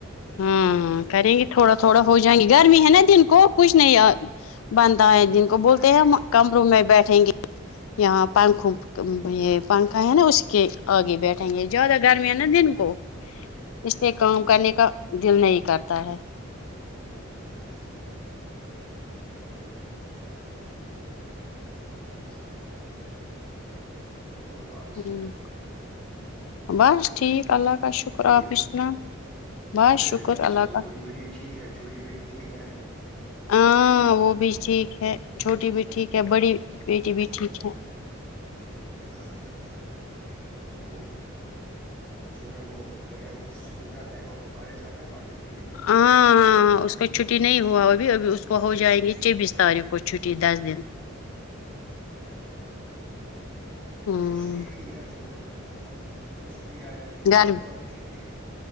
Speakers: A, on the left; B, in the centre.
A: ہاں کریں گے تھوڑا تھوڑا ہو جائیں گی گرمی ہے نا دن کو کچھ نہیں بنتا ہے جن کو بولتے
B: ہے
A: ہیں ہم کمروں میں بیٹھیں گے یہاں پنکھوں یہ پنکھا ہے نا اس کے آگے بیٹھیں گے زیادہ گرمی ہے نا دن تو اس لیے کام
B: ہوں
A: کرنے کا دل نہیں کرتا ہے
B: اچھا اچھا <unintelligible> <inaudible> اور با
A: <unintelligible> ٹھیک اللہ کا
B: باقی
A: شکر
B: ٹھیک
A: آپ
B: ہے
A: بھی سناؤ بس شکر
B: اچھا اچھا
A: اللہ
B: وہ
A: کا
B: بڑی بیٹی ٹھیک ہے چھوٹی بیٹی ٹھیک ہے
A: ہاں وہ بھی ٹھیک ہے چھوٹی بھی ٹھیک ہے بڑی بیٹی بھی ٹھیک ہے
B: اچھا اچھا تو چھوٹا وہ بیٹا وہ اسکول جاتا ہے وہ کالج جاتا ہے پڑھنے کے لیے
A: ہاں ہاں اس کا چھٹی نہیں ہوا ابھی ابھی اس کو ہو جائیں گے چھبیس تاریخ کو چھٹی دس دن
B: اچھا
A: ہوں
B: اس کی چھٹی نہیں ہے اچھا وہ یونیورسٹی آیا
A: گھر
B: کالجوں کو ابھی چھٹی نہیں دی